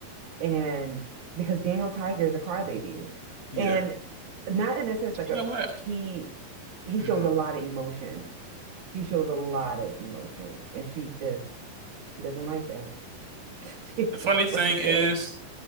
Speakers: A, on the right; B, on the right.
A: and because Daniel Tiger is a crybaby,
B: Yeah.
A: and not in a sense like
B: You
A: a
B: know what?
A: he he
B: Mm.
A: shows a lot of emotion. He shows a lot of emotion, and she just she doesn't like that. <laughs> She doesn't
B: The funny thing
A: like
B: is,
A: that